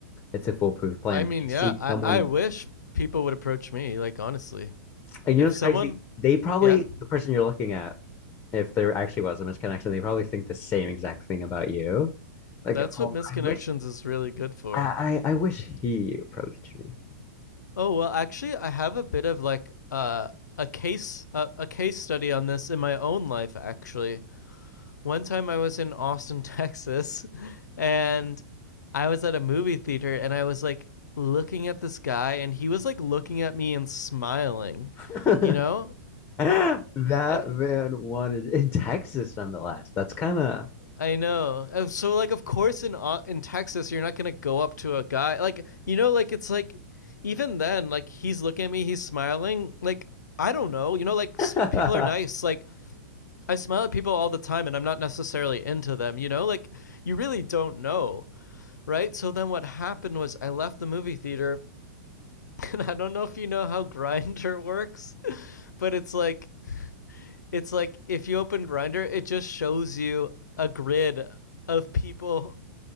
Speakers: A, on the left (about 25°); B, on the left (about 80°).
A: it's a foolproof plan
B: I
A: where
B: mean,
A: you see
B: yeah, I,
A: someone
B: I wish people would approach me, like, honestly.
A: and
B: If
A: you know it's
B: someone,
A: crazy. They probably
B: yeah,
A: the person you're looking at, if there actually was a misconnection, they probably think the same exact thing about you. Like,
B: that's what
A: oh,
B: misconnections
A: I wish
B: is really good for.
A: I I, I wish he approached me.
B: Oh, well, actually, I have a bit of like uh, a case, uh, a case study on this in my own life, actually. One time I was in Austin, <laughs> Texas, and I was at a movie theater and I was like looking at this guy and he was like looking at me and smiling,
A: <laughs>
B: you know?
A: That
B: And
A: man wanted in Texas nonetheless. That's kind of
B: I know. Uh, So like of course in in Texas you're not going to go up to a guy like you know like it's like even then like he's looking at me, he's smiling. Like I don't know. You know like
A: <laughs>
B: people are nice. Like I smile at people all the time and I'm not necessarily into them, you know? Like you really don't know. right? So then what happened was I left the movie theater, <laughs> and I don't know if you know how Grinder <laughs> works, but it's like it's like if you open Grinder, it just shows you a grid of people